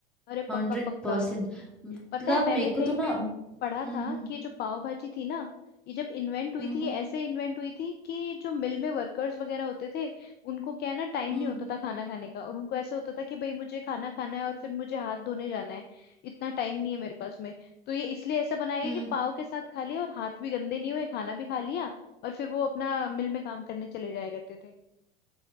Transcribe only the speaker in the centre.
Hundred
percent मतलब
मेरे को
तो ना
हम्म
हम्म
हम्म
हम्म
हम्म,
हम्म,